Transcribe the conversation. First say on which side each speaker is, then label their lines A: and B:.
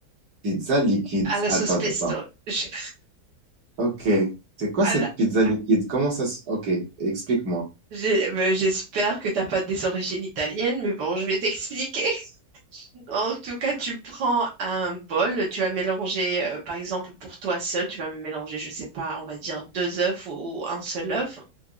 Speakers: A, on the right (about 65°); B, on the right (about 85°).
A: Pizza liquide.
B: À la
A: Attends,
B: sauce pesto.
A: attends, attends.
B: Je-
A: Ok. C'est quoi
B: à
A: cette
B: la-
A: pizza liquide? Comment ça se... Ok, explique-moi.
B: j'ai- ben, J'espère que t'as pas des origines italiennes, mais bon, je vais t'expliquer. <laughs> En tout cas, tu prends un bol, tu vas mélanger, euh, par exemple, pour toi seul, tu vas mélanger, je sais pas, on va dire deux œufs ou, ou un seul œuf,